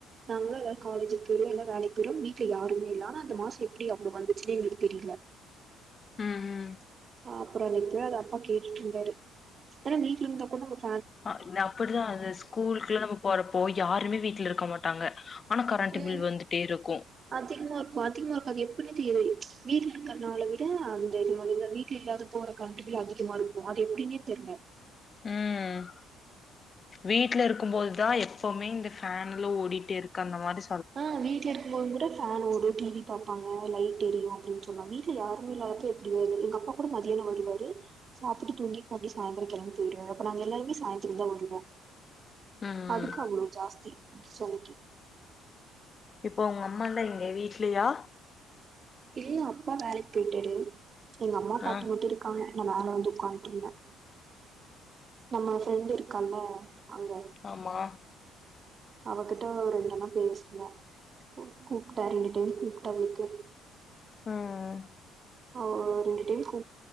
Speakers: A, on the right; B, on the left.
A: நாங்களும் எல்ல காலேஜ் போய் எல்லாம் வேலைக்கு வெறும் வீட்ல யாருமே இல்லாம அந்த மாசம் எப்படி அப்புடி வந்துச்சுனே எங்களுக் தெரியல
B: ம் ம்
A: அப்புறம் இப்பயே அது அப்பா கேட்டுட்டு இருந்தாரு ஏன்னா வீட்டுல இருந்தா கூட ஒரு
B: அஹ் அப்படிதான் அந்த ஸ்கூலுக்குள்ளாம் நம்ம போறப்போ யாருமே வீட்டுல இருக்க இருக்க மாட்டாங்க ஆனா கரண்ட்
A: உம்
B: பில் வந்துட்டே இருக்கு
A: அதிகமா இருக்கும் அதிகமா இருக்கும் வீடு இருக்கறனால விட அந்த இது மாதிர வீட்டுல இல்லாத போற கரண்டுகள் அதிகமா இருக்கும் அது எப்படின்னே தெரியல
B: உம் வீட்டுல இருக்கும்போதுதான் எப்பவுமே இந்த ஃபேன்லாம் ஓடிட்டே இருக்கு அந்த மாதிரி
A: ஆஹ் வீட்டுல இருக்கும் போது கூட ஃபேன் ஓடும் டிவி பாப்பாங்க லைட் எரியும் அப்படின்னு சொல்லாமே யாருமே இல்லாதப்ப எப்படி வருது எங்க அப்பா கூட மதியானம் வருவாரு சாப்பிட்டு தூங்கிக்கிட்டு மறுபடி சாயந்திரம் கிளம்பி போயிடுவா அப்ப நாங்க எல்லாருமே சாயந்திரம் தான் வருவோம்
B: ம் ம்
A: அதுக்கு அவ்வளவு ஜாஸ்தி செனைக்கு
B: இப்போ உங்க அம்மா லா எங்க வீட்லயா
A: இல்ல அப்பா வேலைக்கு போயிட்டாரு எங்க அம்மா பாத்தங்கட்டு
B: ஆ
A: இருக்காங்க நான் மேல வந்து உட்காட்டு இருந்தேன் நம்ம ஃப்ரெண்ட் இருக்காங்க அங்க
B: ஆமா
A: அவகிட்ட ஒரு என் பேசுவேன் கூப்பிட்டா ரெண்டு கூப்பிட்ட வீட்டுக்கு
B: உம் உம்
A: அ ஆ ரெண்டு டைம் கூ